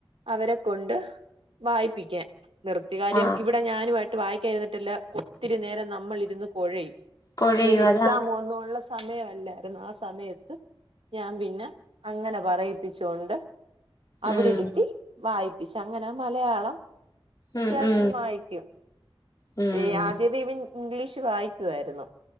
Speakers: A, on the right; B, on the left.
A: അവരെ കൊണ്ട് വായിപ്പിക്കാൻ നിർത്തിയകാര്യം
B: ആഹ്
A: ഇവിടെ ഞാനുമായിട്ട് വായിക്കാ ഇരുന്നിട്ടല്ല ഒത്തിരി നേരം നമ്മളിരുന്ന് കൊഴയും
B: കൊഴയും
A: അപ്പ ഇവന് എക്സാമും
B: അതാ
A: ഒന്നും ഒള്ള സമയമല്ലാര് രുന്ന് ആ സമയത്ത് ഞാൻ പിന്നെ അങ്ങനെ പറയിപ്പിച്ചോണ്ട് അവിടെ
B: ഉം
A: ഇരുത്തി വായിപ്പിച്ചു അങ്ങനെ മലയാളം അത്യാവശ്യം
B: ഉം ഉം
A: വായിക്കും
B: ഉം
A: ഏഹ് ആദ്യമേ ഇവൻ ഇംഗ്ലീഷ് വായിക്കുവായിരുന്നു